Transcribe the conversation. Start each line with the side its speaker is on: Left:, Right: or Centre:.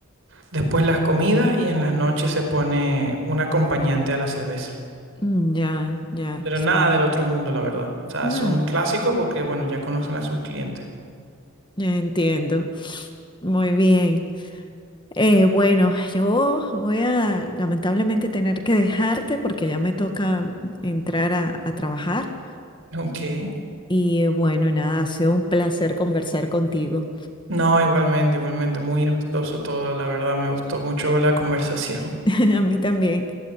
Right: después las comidas y en las noches se pone un acompañante a la cerveza.
Left: Mm, Ya, ya.
Right: Pero nada del otro mundo, la verdad. O sea,
Left: No,
Right: son clásicos porque, bueno, ya conocen a sus clientes.
Left: ya entiendo. Muy bien. Eh, bueno, yo voy a lamentablemente tener que dejarte porque ya me toca entrar a, a trabajar.
Right: <laughs> Ok.
Left: Y eh, bueno, nada, ha sido un placer conversar contigo.
Right: No, igualmente, igualmente, muy amistoso todo, la verdad me gustó mucho la conversación. <laughs>
Left: <laughs> A mí también.